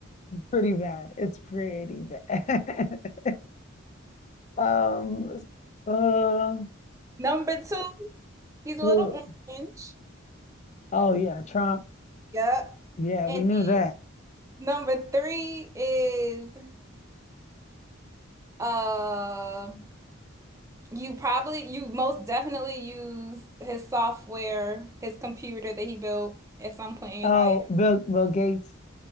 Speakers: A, on the left (about 35°); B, on the right (about 15°).
A: Pretty bad. It's pretty bad. <laughs> Um, uh,
B: Number two, he's a
A: Who?
B: little orange.
A: Oh yeah, Trump.
B: Yep.
A: Yeah,
B: And
A: we knew that.
B: then number three is uh you probably you most definitely use his software, his computer that he built at some point in your
A: Oh,
B: life.
A: Bill Bill Gates.